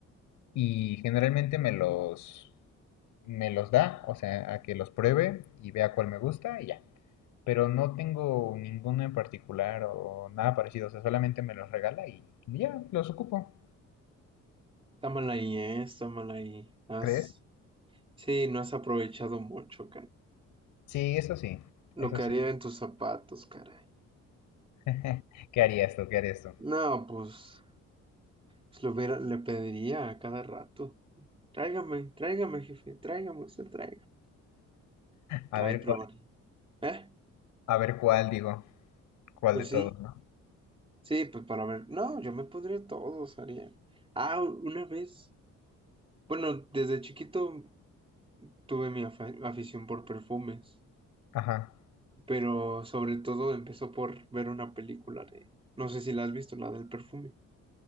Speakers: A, on the left; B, on the right.
A: Y generalmente me los, me los da, o sea, a que los pruebe y vea cuál me gusta y ya. Pero no tengo ninguno en particular o nada parecido, o sea, solamente me los regala y ya, los ocupo.
B: Está mal ahí, ¿eh? Está mal ahí. Has,
A: ¿Crees?
B: sí, no has aprovechado mucho,
A: Sí, eso sí, eso
B: Lo que
A: sí.
B: haría en tus zapatos, caray.
A: <laughs> ¿Qué harías tú? ¿Qué harías tú?
B: No, pues, pues lo hubiera- le pediría a cada rato. Tráigame, tráigame, jefe, tráigame, usted traiga.
A: A
B: Ahí
A: ver,
B: probaría. ¿Eh?
A: A ver cuál digo, cuál
B: Pues
A: de todos,
B: sí,
A: ¿no?
B: sí, pues para ver. No, yo me pondría todos, haría. Ah, una vez. Bueno, desde chiquito tuve mi afa- afición por perfumes,
A: Ajá.
B: pero sobre todo empezó por ver una película de... No sé si la has visto, la del perfume.